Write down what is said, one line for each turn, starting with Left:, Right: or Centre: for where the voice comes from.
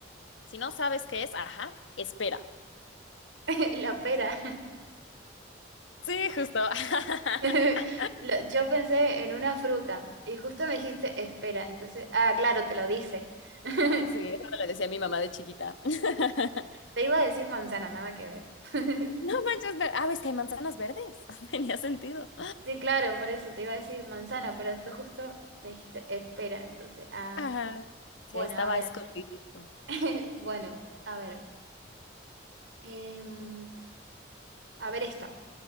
Left: Si no sabes qué es, ajá, espera.
Right: <laughs> La pera.
Left: Sí, justo. <laughs>
Right: <laughs> Lo- Yo pensé en una fruta y justo me dijiste espera. Entonces, ah, claro, te lo dice. <laughs>
Left: Sí, eso me lo decía mi mamá de chiquita. <laughs>
Right: Te iba a decir manzana, nada que ver. <laughs>
Left: No manches, ver. Ah, ves que hay manzanas verdes. <laughs> Tenía sentido.
Right: Sí, claro, por eso te iba a decir manzana, pero después justo me dijiste espera. Entonces, ah,
Left: Ajá. Sí,
Right: bueno,
Left: ahí estaba
Right: a ver.
Left: escondidillo.
Right: <laughs> Bueno, a ver. em, a ver esta.